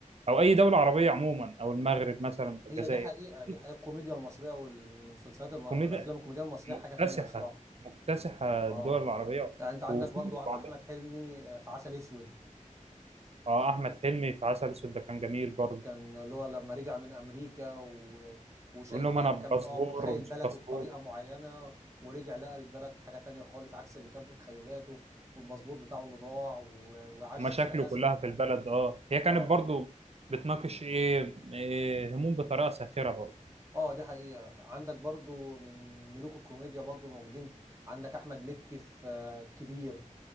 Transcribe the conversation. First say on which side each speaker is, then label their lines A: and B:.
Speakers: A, on the right; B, on the right.
A: او اي دوله عربيه عموما او المغرب مثلا او
B: هي
A: الجزائر
B: دي حقيقة دي
A: في
B: حقيقة الكوميديا المصرية والمسلسلات الم- والافلام
A: كوميديا
B: الكوميدية المصرية
A: مكتسحه
B: حاجة تانية الصراحة
A: مكتسحه
B: اه
A: الدول العربيه
B: يعني انت عندك
A: وفي
B: برضو احمد
A: بعضها
B: حلمي آه، في عسل اسود
A: اه احمد حلمي في عسل اسود ده كان جميل برضه
B: كان اللي هو لما رجع من امريكا و... وشايف
A: بيقول لهم
B: بقى
A: انا باسبور
B: كان اه متخيل
A: ومش
B: بلده
A: باسبور
B: بطريقه معينه ورجع لقى البلد حاجه تانية خالص عكس اللي كان في تخيلاته والباسبور بتاعه اللي ضاع و... وعاش
A: ومشاكله
B: ازمه
A: كلها في البلد اه هي كانت
B: اه
A: برضو بتناقش ايه, إيه هموم بطريقه ساخره برضو
B: اه دي حقيقه عندك برضو من ملوك الكوميديا برضو موجودين عندك احمد مكي في آه، كبير